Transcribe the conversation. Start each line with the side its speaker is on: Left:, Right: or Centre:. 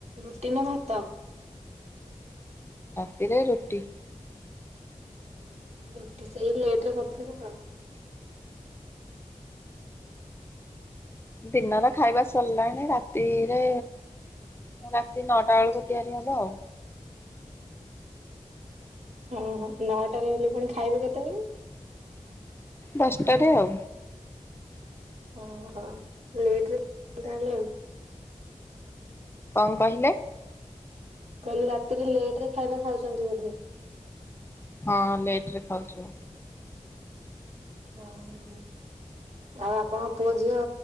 Right: ରୁଟି ନା ଭାତ?
Left: ରାତିରେ ରୁଟି।
Right: ରୁଟି ସେଇ ଲେଟ୍ ରେ କରିଥିବେ ଆଉ।
Left: ଦିନର ଖାଇବା ସରିଲାଣି ରାତିରେ? ରାତି ନଅଟା ଅଳକୁ ତିଆରି ହବ ଆଉ।
Right: ହଁ ହଁ ନଅଟାରେ ହେଲେ ପୁଣି ଖାଇବେ କେତେବେଳେ?
Left: ଦଶଟା ରେ ଆଉ।
Right: ଓହୋ ଲେଟ ରେ ତାହେଲେ ଆଉ।
Left: କଣ କହିଲେ?
Right: କହିଲି ରାତିରେ ଲେଟ ରେ ଖାଇବା ଖାଉଛନ୍ତି ବୋଧେ।
Left: ହଁ ଲେଟରେ ଖାଉଚୁ।
Right: ଓ ହୋ ଆଉ ଆପଣଙ୍କ ପୁଅ, ଝିଅ